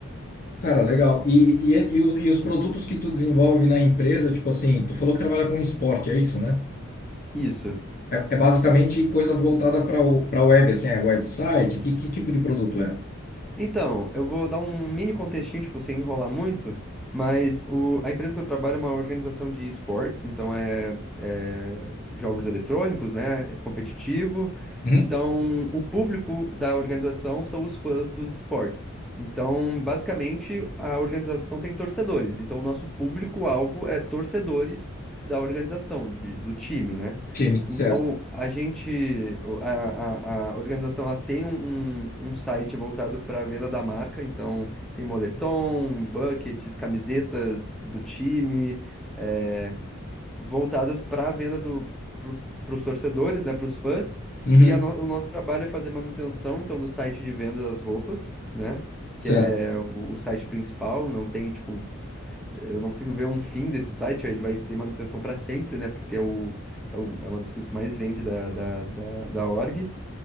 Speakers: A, on the left; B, in the centre.
A: Cara, legal. E, e, e, os, e os produtos que tu desenvolve na empresa, tipo assim, tu falou que trabalha com esporte, é isso, né?
B: Isso.
A: É, é basicamente coisa voltada para o, para web, assim, é website? Que, que tipo de produto é?
B: Então, eu vou dar um mini contextinho, tipo, sem enrolar muito, mas o- a empresa que eu trabalho é uma organização de esportes, então é, é jogos eletrônicos, né? é Competitivo.
A: Uhum.
B: Então, o público da organização são os fãs dos esportes. Então, basicamente, a organização tem torcedores. Então, o nosso público-alvo é torcedores da organização, de- do time, né?
A: Time, certo.
B: Então, a gente, o- a, a, a organização, ela tem um, um um site voltado para a venda da marca, então tem moletom, buckets, camisetas do time, eh, voltadas para a venda do, para os torcedores, né, para os fãs,
A: Uhum.
B: e a no- o nosso trabalho é fazer manutenção, então, do site de venda das roupas, né,
A: Certo,
B: que é o, o site principal, não tem, tipo, eu não consigo ver um fim desse site, ele vai ter manutenção para sempre, né? Porque é, o, é, o- é uma das coisas que mais vende da, da, da, da org.